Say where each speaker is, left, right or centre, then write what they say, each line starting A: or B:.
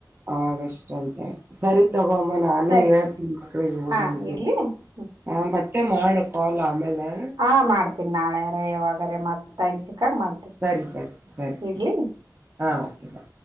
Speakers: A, on the right; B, on the right.
A: ಆಷ್ಟಂತೆ ಸರಿ ತಗೋಮ್ಮ ನಾನು
B: ಸರಿ
A: ಹೇಳ್ತೀನ ಮಕ್ಳಿಗೆ ಹೋದಂತ
B: ಹಾ ಇಡ್ಲಿ ಹ್ಮ್.
A: ಹ ಮತ್ತೆ ಮಾಡು ಕಾಲ್ ಆಮೇಲೆ
B: ಹಾ ಮಾಡ್ತೀನಿ ನಾಳೆರ ಯಾವಾಗರೆ ಮತ್ತ ಟೈಮ್ ಸಿಕ್ಕಾಗ ಮಾಡ್ತೀನಿ
A: ಸರಿ ಸರಿ ಸರಿ
B: ಇಡ್ಲಿ.
A: ಾಂಕ್ಸ್ ಹಾಂ ಓಕೆ ಬಾ